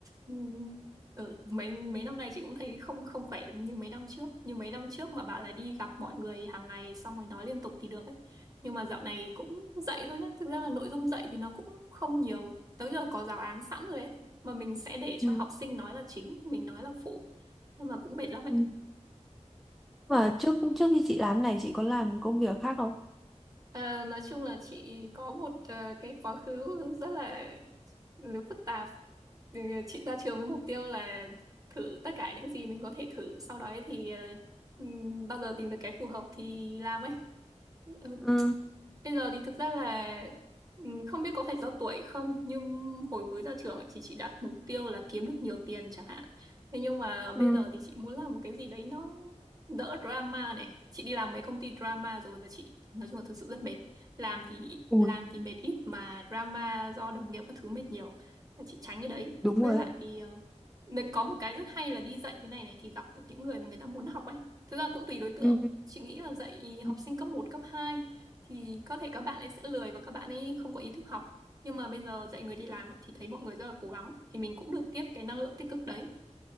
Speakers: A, on the right; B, in the centre.
A: ừm, ờ, mấy mấy năm nay chị cũng thấy không không khỏe được như mấy năm trước như mấy năm trước mà bảo là đi gặp mọi người hàng ngày xong rồi nói liên tục thì được ấy nhưng mà dạo này cũng dạy thôi nhá thực ra là nội dung dạy thì nó cũng không nhiều tới giờ có giáo án sẵn rồi ấy mà mình sẽ để cho
B: Ừ.
A: học sinh nói là chính mình nói là phụ nhưng mà cũng mệt lắm
B: Ừ.
A: ấy
B: và trước trước khi chị làm này chị có làm công việc khác không
A: À, nói chung là chị có một ờ, cái quá khứ rất là ừ, phức tạp. Ừ, Chị ra trường với mục tiêu là thử tất cả những gì mình có thể thử, sau đó ấy thì ờ, ừm, bao giờ tìm được cái phù hợp thì làm ấy. Ừ,
B: Ừ.
A: Bây giờ thì thực ra là ừm, không biết có phải do tuổi không nhưng hồi mới ra trường ấy thì chị đặt mục tiêu là kiếm được nhiều tiền chẳng hạn. Thế nhưng mà bây
B: Ừ.
A: giờ thì chị muốn làm một cái gì đấy nó đỡ drama này. Chị đi làm mấy công ty drama rồi và chị nói chung là thực sự rất mệt. Làm thì
B: Ui,
A: làm thì mệt ít mà drama do đồng nghiệp các thứ mệt nhiều. Nên chị tránh cái đấy.
B: đúng
A: Với
B: rồi
A: lại
B: đấy.
A: ờ, nếu có một cái rất hay là đi dạy cái này này thì gặp được những người mà người ta muốn học ấy. Thực ra cũng tùy đối tượng.
B: Ừ.
A: Chị nghĩ là dạy
B: Ừ.
A: học sinh cấp một cấp 2 thì có thể các bạn ấy sẽ lười và các bạn ấy không có ý thức học nhưng mà bây giờ dạy người đi làm ấy, thì thấy mọi người rất là cố gắng thì mình cũng được tiếp cái năng lượng tích cực đấy